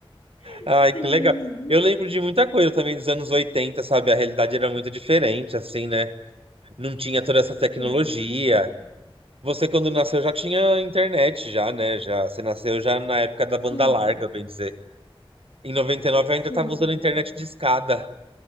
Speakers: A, on the left; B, on the right.
A: <laughs>
B: Ai,
A: Sim,
B: que legal. Eu lembro de muita coisa também dos anos oitenta sabe? A realidade era muito diferente, assim, né? Não tinha toda essa tecnologia.
A: sim, imagina.
B: Você, quando nasceu, já tinha internet, já, né? Já, você nasceu já na época da banda
A: Tinha,
B: larga, bem dizer. Em 99,
A: sim.
B: eu ainda tava usando internet
A: é.
B: de escada,